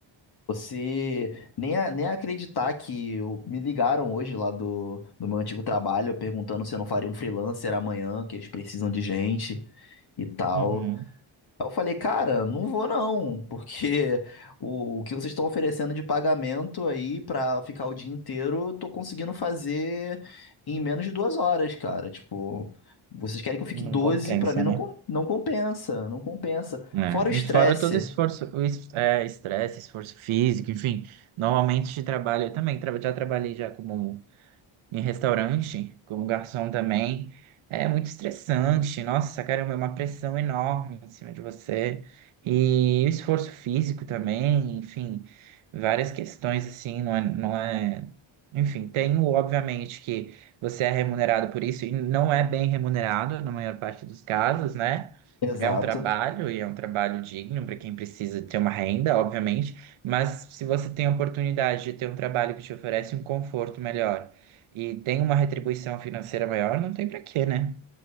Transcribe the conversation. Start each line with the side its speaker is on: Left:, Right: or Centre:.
Left: Você nem, a- nem acreditar que eu- me ligaram hoje lá do, do meu antigo trabalho perguntando se eu não faria um freelancer amanhã, que eles precisam de gente e tal.
Right: Uhum.
Left: Aí eu falei, cara, não vou não, porque o que vocês estão oferecendo de pagamento aí pra ficar o dia inteiro, eu tô conseguindo fazer em menos de duas horas, cara. Tipo, vocês querem que eu fique
Right: Não
Left: 12?
Right: compensa,
Left: pra mim não,
Right: né
Left: com- não compensa, não compensa.
Right: né?
Left: Fora o estresse.
Right: E fora todo esforço, o es- é, estresse, esforço físico, enfim. Normalmente trabalho, eu também traba- já trabalhei já como em restaurante, como garçom também, é muito estressante. Nossa, caramba, é uma pressão enorme em cima de você. E o esforço físico também, enfim, várias questões assim, não é, não é... Enfim, tem o, obviamente, que você é remunerado por isso e não é bem remunerado na maior parte dos casos, né?
Left: Exato.
Right: É um trabalho e é um trabalho digno para quem precisa ter uma renda, obviamente, mas se você tem a oportunidade de ter um trabalho que te oferece um conforto melhor e tem uma retribuição financeira maior, não tem pra quê, né?